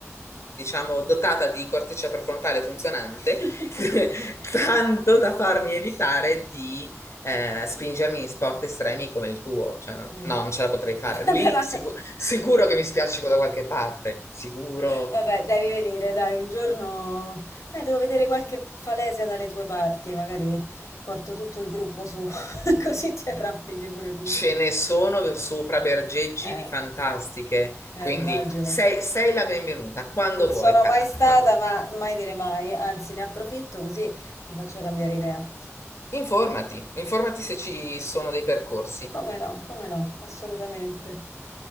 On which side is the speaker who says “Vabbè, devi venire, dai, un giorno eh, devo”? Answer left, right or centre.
Left